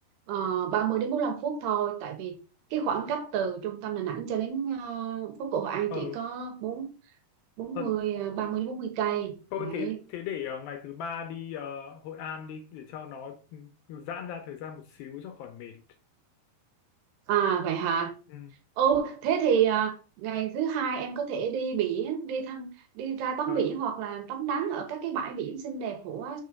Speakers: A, on the right; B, on the left.
A: uh, ba mươi đến 45 phút thôi tại vì cái khoảng cách từ trung tâm Đà Nẵng cho đến ờ, phố cổ Hội An
B: ờ,
A: chỉ có bốn bốn
B: ờ,
A: mươi à, 30 đến 40 cây
B: thôi
A: đấy
B: thế thế để ờ, ngày thứ ba đi ờ, Hội An đi để cho nó ừ, giãn ra thời gian một xíu cho khỏi mệt.
A: à vậy hả
B: Ừ,
A: Ồ, thế thì à, ngày thứ hai em có thể đi biển, đi thăm, đi ra tắm
B: ờ,
A: biển hoặc là tắm nắng ở các cái bãi biển xinh đẹp của